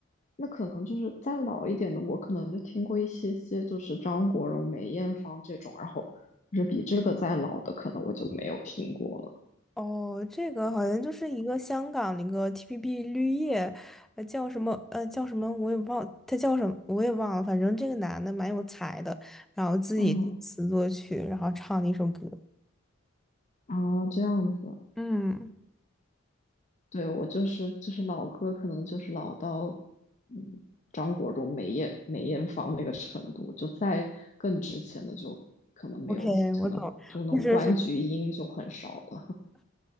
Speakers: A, on the left; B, in the centre.
A: 那可能就是再老一点的，我可能就听过一些些，就是张国荣、梅艳芳这种，然后就是比这个再老的，可能我就没有听过了。
B: 哦，这个好像就是一个香港的一个 TPB 绿叶，呃，叫什么呃叫什么我也忘，他叫什么我也忘了，反正这个男的蛮有才的，然后自己作词作曲，
A: 嗯
B: 然后唱了一首歌。
A: 啊，这样子。
B: 嗯，
A: 对，我就是就是老歌，可能就是老到嗯张国荣、梅艳梅艳芳那个程度，就再更之前的就可能没有，
B: OK，
A: 可能就是那种关菊英就很少了。
B: 我懂，或者是
A: <laughs>